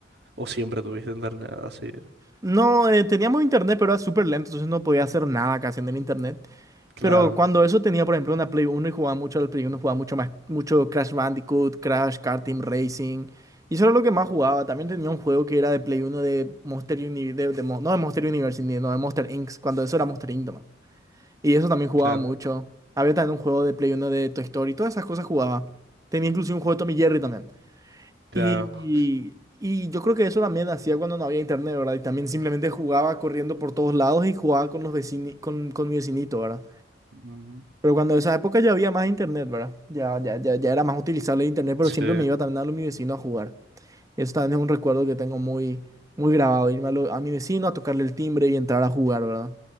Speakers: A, on the right; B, on the right.
A: ¿O siempre tuviste internet así?
B: No, eh, teníamos internet, pero era súper lento, entonces no podía hacer nada casi en el internet.
A: Claro.
B: Pero cuando eso tenía, por ejemplo, una Play uno, y jugaba mucho al Play uno jugaba mucho más, mucho Crash Bandicoot, Crash, Car Team Racing. Y eso era lo que más jugaba. También tenía un juego que era de Play uno de Monster Uni, de, de Mon- no de Monster University, ni- no de Monster Inc. Cuando eso era Monster Inc. nomás. Y eso también jugaba
A: claro,
B: mucho. Había también un juego de Play uno de Toy Story, todas esas cosas jugaba. Tenía incluso un juego de Tommy Jerry también.
A: claro.
B: Y, y yo creo que eso también hacía cuando no había internet, ¿verdad? Y también simplemente jugaba corriendo por todos lados y jugaba con los vecini, con, con mi vecinito, ¿verdad?
A: Ujú.
B: Pero cuando en esa época ya había más internet, ¿verdad? Ya, ya, ya, ya era más utilizable el internet, pero
A: Sí,
B: siempre me iba también a lo de mi vecino a jugar. Eso también es un recuerdo que tengo muy, muy grabado, irme a, lo- a mi vecino a tocarle el timbre y entrar a jugar, ¿verdad?